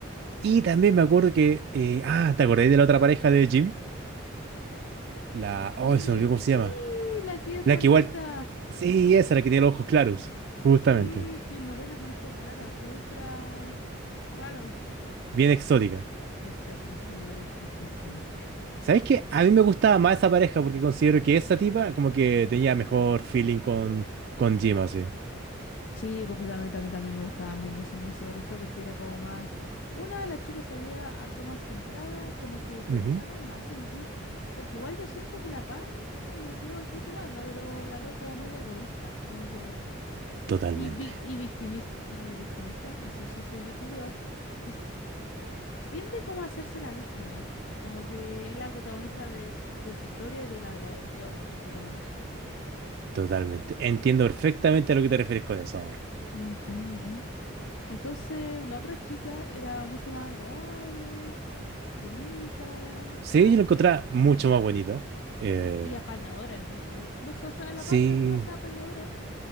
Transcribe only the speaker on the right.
Y también me acuerdo que, eh, ah, ¿te acordáis de la otra pareja de Jim? La,
oh, se me olvidó cómo
se llama.
La que igual. Sí, esa, la que tiene los ojos claros. Justamente.
Bien exótica.
¿Sabes qué? A mí me gustaba más esa pareja porque considero que esa tipa como que tenía mejor feeling con, con Jim, así.
Ujú.
Totalmente.
Totalmente. Entiendo perfectamente a lo que te refieres con eso, amor.
Sí,
yo la encontraba mucho más bonita. Eh,
sí.